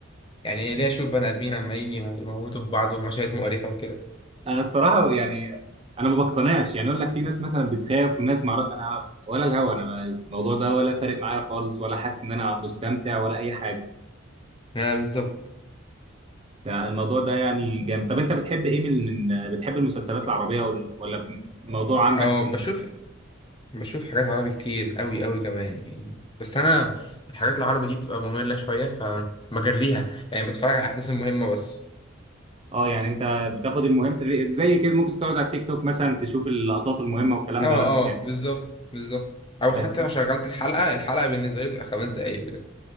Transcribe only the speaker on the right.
انا الصراحه يعني انا ما بقتنعش يعني اقول لك في ناس مثلا بتخاف وناس مع... انا ولا الهوا انا ما- الموضوع ده ولا فارق معايا خالص ولا حاسس ان انا مستمتع ولا اي حاجه
لا، الموضوع ده يعني جامد طب انت بتحب ايه من من بتحب المسلسلات العربيه وال- ولا الموضوع عندك
في
اه يعني انت بتاخد المهم زي كده ممكن تقعد على التيك توك مثلا تشوف اللقطات المهمه والكلام
ده بس يعني
بس